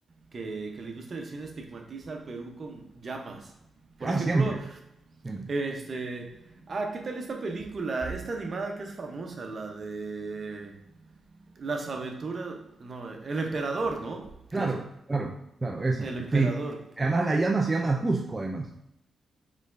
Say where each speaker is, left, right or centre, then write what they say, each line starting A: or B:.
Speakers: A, on the right; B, on the right.
A: que, que la industria del cine estigmatiza al Perú con llamas. Por
B: Ah,
A: ejemplo,
B: siempre, siempre.
A: este, ah, ¿qué tal esta película? Esta animada que es famosa, la de Las aventuras, no, El emperador, ¿no?
B: Claro,
A: Las-
B: claro, claro, esa.
A: el emperador.
B: Sí. Además, la llama se llama Cusco, además.